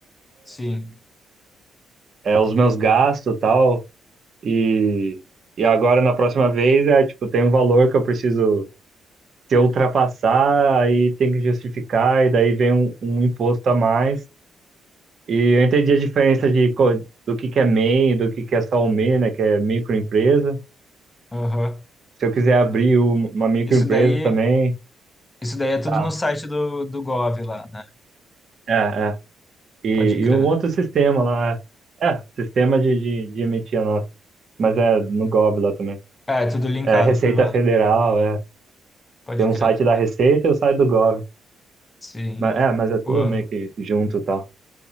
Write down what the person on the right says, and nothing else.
é, os meus gastos e tal. E, e agora, na próxima vez, é, tipo, tem um valor que eu preciso, se eu ultrapassar, aí tem que justificar, e daí vem um, um imposto a mais. E eu entendi a diferença de, co- do que que é MEI, e do que que é só o MEI, né? Que é microempresa.
Se eu quiser abrir um- uma microempresa
também,
tá.
É, é. E,
e um outro sistema lá, é, É, sistema de, de, de emitir a nota. mas é no Gov lá também.
É Receita
Federal, é.
Tem um
site da Receita e o site do Gov.
Mas, é, mas é tudo
meio que junto e tal,